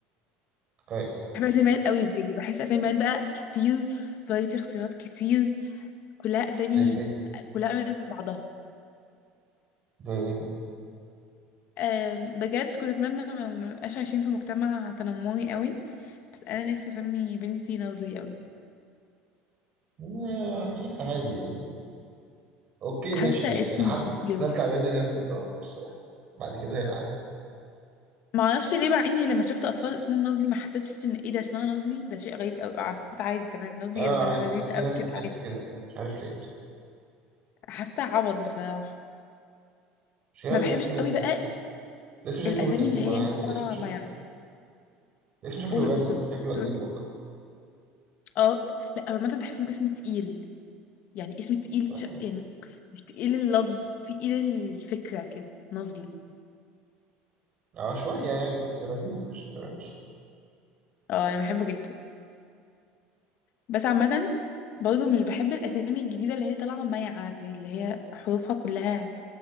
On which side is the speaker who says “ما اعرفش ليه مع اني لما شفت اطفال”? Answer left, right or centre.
Left